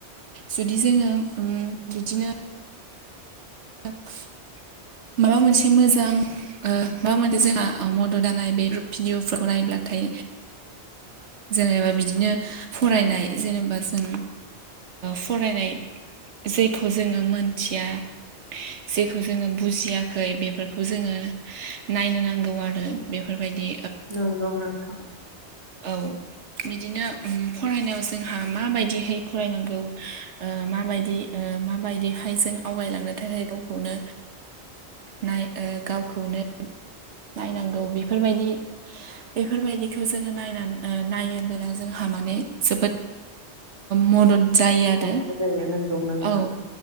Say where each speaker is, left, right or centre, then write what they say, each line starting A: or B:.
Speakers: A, on the right; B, on the right.
A: जुदि जोंङो बिदिनो। <unintelligible> माबा मोनसे मोजां माबा मोनसे जोंहा मददानाय बे भिडिअफोरखौ नायोब्ला। नाथाय जेनेबा जों बिदिनो फरायनाय जेनेबा जों फरायनाय जेखौ जोंङो मोनथिया
B: <inaudible>
A: जेखौ जोंङो बुजियाखै बेफोरखौ जोंङो नायनो नांगौ आरो बेफोरबायदि
B: नंगौ नोंथां
A: औ। बिदिनो फरायनायाव जोंहा माबायदिहै फरायनांगौ माबायदि। माबायदि हायजों आवगायलांनो <unintelligible> थाखाय गावखौनो नाय गावखौनो। नायनांगौ बेफोरबायदि बेफोरबायदिखौ जोंङो नायनानै नायोबोला जोंहा। जोबोद मदद। जायो
B: मुलाम्फा
A: आरो
B: जाया नांगौ नोंथां
A: औ